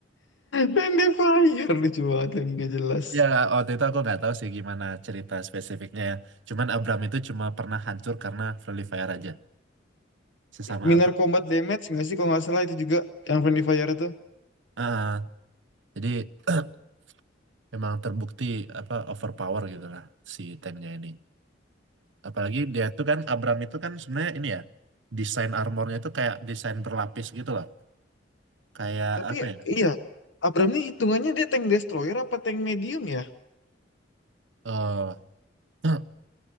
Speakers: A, on the left (about 85°); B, on the right (about 85°).
A: Land Fire lucu banget lagi nggak jelas.
B: Ya, waktu itu aku nggak tahu sih gimana cerita spesifiknya ya. Cuman Abram itu cuma pernah hancur karena friendly fire aja. Sesama
A: Minor
B: Abram.
A: Combat Damage nggak sih kalau nggak salah itu juga yang Friendly Fire itu.
B: Ah, jadi <clears throat> emang terbukti apa overpower gitu lah si tanknya ini. Apalagi dia tuh kan Abram itu kan sebenarnya ini ya desain armornya itu kayak desain berlapis gitu loh. Kayak
A: Tapi
B: apa ya?
A: iya, Abram nih hitungannya dia tank destroyer apa tank medium ya?
B: eh <clears throat>